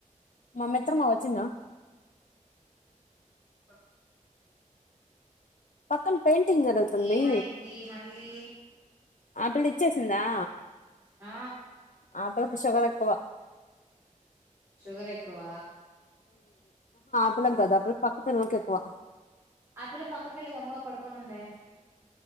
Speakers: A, on the left; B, on the right.
A: మామ్మి ఎత్ర మా వచ్చిన్న
B: స
A: పక్కన పెయింటింగ్ జరుగుతుంది
B: ఏమైంది మళ్ళీ
A: ఆటలి ఇచ్చేసిందా
B: ఆ
A: అద షుగర్ ఎక్కవ
B: షుగర్ ఎక్కువ
A: పిలా కదాప్పుడు పక్క పిల్లలు కేకువా
B: ఆ పిల్ల పక్కపిల్ల గమ్మగా పడుకోనింది